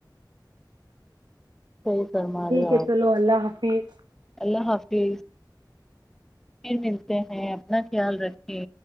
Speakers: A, in the centre; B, on the right.
A: صحیح فرما
B: ٹھیک
A: رہے ہو
B: ہے
A: آپ
B: چلو اللہ حافظ ج <inaudible>
A: اللہ حافظ ہیں اپنا خیال رکھے